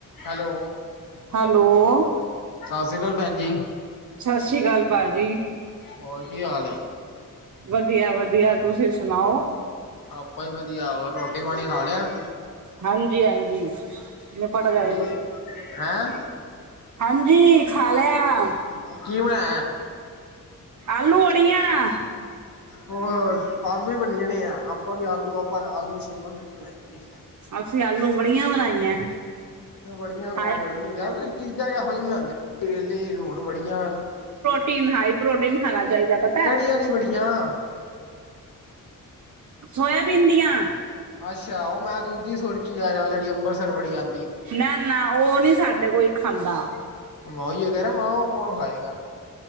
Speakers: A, on the left; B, on the right.
A: Hello
B: hello
A: ਸਤਿ ਸ਼੍ਰੀ ਅਕਾਲ ਭੈਣ ਜੀ।
B: ਸਸਰੀਕਾਲ ਭਾਜੀ।
A: ਹੋਰ ਕੀ ਹਾਲ ਏ?
B: ਵਧੀਆ-ਵਧੀਆ, ਤੁਸੀਂ ਸੁਣਾਓ?
A: ਆਪਾ ਵੀ ਵਧੀਆ, ਹੋਰ, ਰੋਟੀ-ਪਾਣੀ ਖਾ ਲਿਆ?
B: ਹਾਂਜੀ-ਹਾਂਜੀ ਨਿਪਟ ਗਏ।
A: ਕੀ ਹੈਂ?
B: ਹਾਂਜੀ, ਖਾਲਿਆ।
A: ਕੀ ਬਣਾਇਆ ਐ?
B: ਆਲੂ ਵੜੀਆਂ।
A: ਹੋਰ, ਆਲੂ ਹੀ ਬੰਨਈ ਜਾਣੇ ਆ ਆਪਾਂ ਵੀ ਆਲੂ, ਆਪਾਂ ਆਲੂ ਸ਼ਿਮਲਾ ਮਿਰਚ ਬਣਾਈ ਸੀ।
B: ਅਸੀਂ ਆਲੂ ਬੜੀਆਂ ਬਣਾਈਆਂ।
A: ਵੜੀਆਂ ਹੋਰ
B: ਹਾਈ
A: ਵੜੀਆਂ, ਯਾਰ ਤੁਸੀ ਚੀਜ਼ਾਂ ਕਿਹੋ ਜਿਹੀ ਬਨਾਂਦੇ ਕਰੇਲੇ ਹੋਣ ਵੜੀਆਂ।
B: ਟੀਨ, ਹਾਈ ਪ੍ਰੋਟੀਨ ਖਾਣਾ ਚਾਹੀਦਾ ਪਤਾ
A: ਕਿਹੜੀ
B: ਐ।
A: ਵਾਲੀ ਵੜੀਆਂ?
B: ਸੋਇਆਬੀਨ ਦੀਆਂ।
A: ਅੱਛਾ, ਉਹ ਮੈਂ ਦੂਜੀ ਸੁਰਚੀ ਜਾ ਰਿਹਾਂ, ਜਿਹੜੀ ਅੰਬਰਸਰ ਵੜੀਆਂ।
B: ਨਾ-ਨਾ, ਉਹ ਨੀ ਸਾਡੇ ਕੋਈ ਖਾਂਦਾ।
A: ਮੌ ਈ ਅਗੈਰਾ, ਮੌ ਕੌਣ ਖਾਏਗਾ?